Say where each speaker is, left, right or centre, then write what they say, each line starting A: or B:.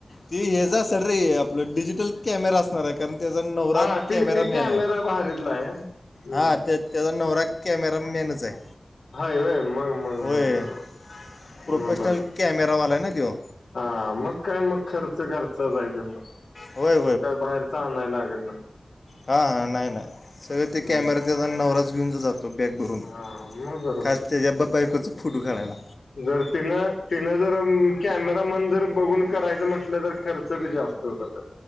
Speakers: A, on the left (about 50°); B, on the left (about 80°).
A: ती हेजा अ सरी आपलं डिजिटल कॅमेरा असणार आहे का कारण त्याचा नवरा
B: हा ते
A: कॅमेरा
B: ते
A: मॅन आहे
B: भारीतला आहे हम्म
A: हा त्या त्याचा नवरा कॅमेरा मॅनच आहे.
B: होय, होय, मग, मग,
A: होय
B: मग बरोबर.
A: प्रोफेशनल
B: मग बरोबर
A: कॅमेरा वाला आहे ना तो.
B: हा मग काय मग खर्च घरचाच आहे ते मग,
A: होय
B: मग काय बाहेर सांंगाया लागत नाही.
A: हा, हा, नाही, नाही सगळे ते
B: हम्म
A: कॅमेरा तिचा नवराच घेऊन जातो. तो बॅग भरून
B: हा मग बरोबर
A: घास त्याच्या बायकोच फोटो काढायला.
B: जर तिनं, तिनं जर कॅमेरामॅन जर बघून करायचं म्हटलं तर खर्च बी जास्त. हो ब <unintelligible>